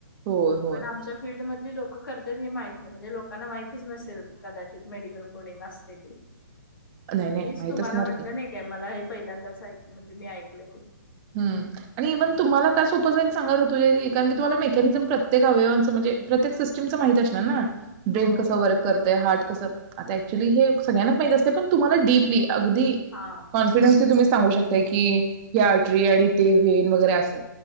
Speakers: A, on the right; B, on the left.
A: होय होय
B: पण आमच्या फीलल्ड मधली लोक करतात हे माहित. म्हणजे लोकांना माहितच नसेल कदाचित मेडिकल कोडिंग असतयं ते.
A: नाही नाही
B: मीच
A: माहित
B: तुम्हाला
A: असणार
B: म्हणलं
A: की
B: नाही काय मला हे. पहिल्यांदाच म्हणजे मी ऐकलंय ते
A: हम्म आणि इवन तुम्हाला का सोपं जाईल सांगा रुतुज्या दीदी कारणं की तुम्हाला मेकॅनिजम प्रत्येक अवयवांचं म्हणेजे, प्रत्येक सिस्टम चं माहित असणार ना. ब्रेन
B: हो
A: कसं वर्क करतय हार्ट कसं आता ऍक्च्युली हे सगळ्यां ना माहिती असत्य पण तुम्हाला डीपली अगदी
B: हा
A: कॉन्फिडन्सली तुम्ही सांगू शकता की या त्रीयाळी ते वे वैगेरे असं